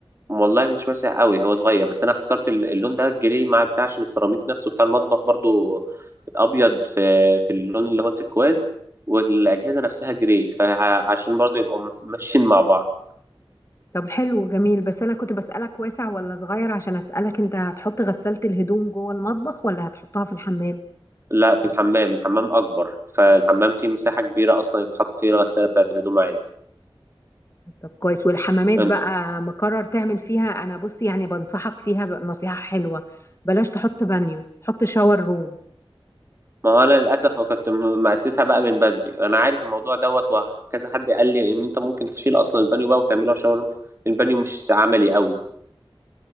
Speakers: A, on the right; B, on the left.
A: والله مش واسع قوي هو صغير بس انا اخترت ال- اللون ده الجري مع بتاع عشان السيراميك نفسه بتاع المطبخ برضو ابيض في في اللون اللي هو التركواز والاجهزه نفسها جري فعشان برضو يبقوا م- ماشيين مع بعض
B: طب حلو جميل بس انا كنت بسألك واسع ولا صغير عشان اسألك انت هتحط غسالة الهدوم جوه المطبخ ولا هتحطها في الحمام
A: لا في الحمام الحمام اكبر فالحمام فيه مساحه كبيره اصلا يتحط فيه الغساله بتاعه الهدوم عادي
B: طب كويس والحمامات
A: أن-
B: بقى مقرر تعمل فيها انا بص يعني بنصحك فيها نصيحة حلوة بلاش تحط بانيو حط شاور روم
A: ما هو انا للاسف كنت م- مأسسها بقى من بدري انا عارف الموضوع دوت وكذا حد قال لي ان انت ممكن تشيل اصلا البانيو بقى وتعمله شاور البانيو مش عملي قوي